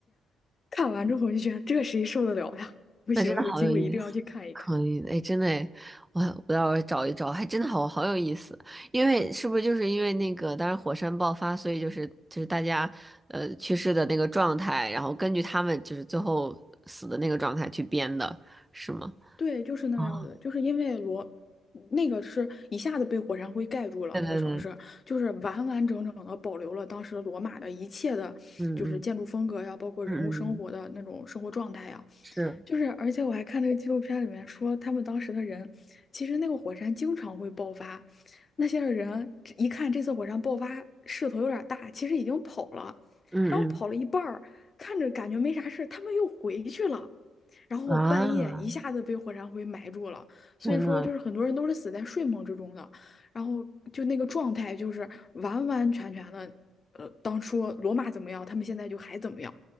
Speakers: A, on the left; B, on the right.
A: 看完之后我就觉得这谁受得了呀？不行，
B: 那真的好有意思。
A: 有机会一定要去看一看。
B: 可以的，哎，真的诶，我我要找一找，还真的好好有意思。因为是不是就是因为那个，当时火山爆发，所以就是就是大家呃去世的那个状态，然后根据他们就是最后死的那个状态去编的，是吗？
A: 对，就是那个样子，
B: 哦，
A: 就是因为罗那个是一下子被火山灰盖住了，
B: 对对对，
A: 那个城市就是完完整整的保留了当时罗马的一切的，
B: 嗯嗯
A: 就是建筑风格呀，包括人物生活的那种生活状态呀。
B: 嗯嗯嗯，是，
A: 就是，而且我还看那个纪录片里面说，他们当时的人，其实那个火山经常会爆发，那些人一看这次火山爆发势头有点大，其实已经跑了，
B: 嗯
A: 然后跑了一半儿，看着感觉没啥事，他们又回去了。然后半夜一下子被火山灰埋住了，
B: 嗯啊，天呐，
A: 所以说就是很多人都是死在睡梦之中的，然后就那个状态就是完完全全的，呃，当初罗马怎么样，他们现在就还怎么样，